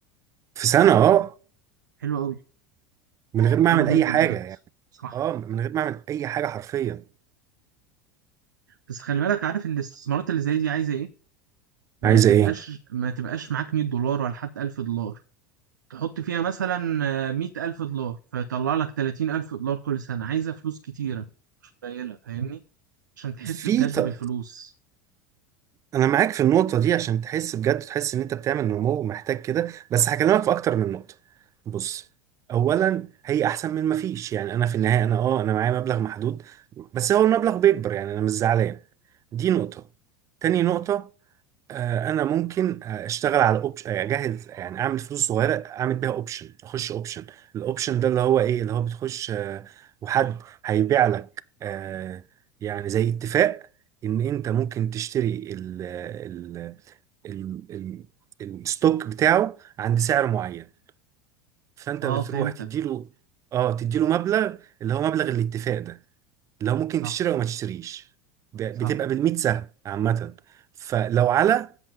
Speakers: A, on the right; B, on the right.
A: في سنة اه
B: حلو أوي
A: من غير ما
B: حلو
A: اعمل
B: جدا
A: اي حاجة
B: بجد
A: يعني
B: صح
A: اه من غير ما اعمل اي حاجة حرفيا
B: بس خلي بالك عارف الاستثمارات اللي زي دي عايزه ايه ما
A: عايزة
B: تبقاش
A: ايه
B: ما تبقاش معاك 100 دولار ولا حتى 1000 دولار تحط فيها مثلا آه، 100000 دولار فيطلع لك 30000 دولار كل سنه عايزه فلوس كتيره مش قليله فاهمني عشان تحس
A: في
B: بجد
A: ط...
B: بالفلوس
A: انا معاك في النقطة دي عشان تحس بجد تحس ان انت بتعمل نمو ومحتاج كده بس هكلمك في اكتر من نقطة بص اولا هي احسن من ما فيش يعني انا في النهاية انا اه انا معايا مبلغ محدود بس هو المبلغ بيكبر يعني انا مش زعلان دي نقطة تاني نقطة آه، انا ممكن آه، اشتغل على اوبشن اجهز يعني اعمل فلوس صغيره اعمل بيها اوبشن اخش اوبشن الاوبشن ده اللي هو ايه اللي هو بتخش آه، وحد هيبيع لك آه، يعني زي اتفاق ان انت ممكن تشتري ال ال ال ال الستوك بتاعه عند سعر معين فانت
B: اه
A: بتروح
B: فهمتك
A: تديله اه تديله مبلغ اللي هو مبلغ الاتفاق ده لو ممكن
B: صح
A: تشتري او ما تشتريش ب-
B: صح
A: بتبقى بالميت سهم عامه فلو على